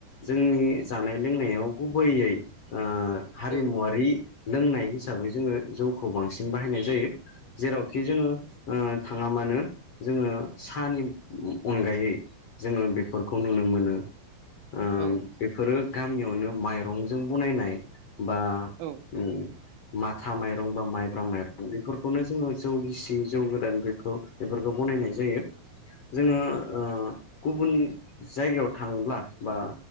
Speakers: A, on the left; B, on the right.
A: जोंनि जानाय लोंनायाव गुबैयै ओ हारिमुवारि
B: औ
A: लोंनाय हिसाबै जोङो जौखौ बांसिन बाहायनाय जायो। जेरावखि जोङो ओ थाङा मानो जोङो सानि अ-अनगायै जोङो बेफोरखौ नुनो मोनो। ओ
B: औ
A: बेफोरो गामियावनो माइरंजों बनायनाय बा
B: औ
A: ओ माथा माइरं बा माइब्रा माइरं बेफोरखौनो जोङो जौ गिसि जौ गोरान बेखौ बेफोरखौ बनायनाय नाय जायो। जोङो ओ गुबुन जायगायाव थांब्ला बा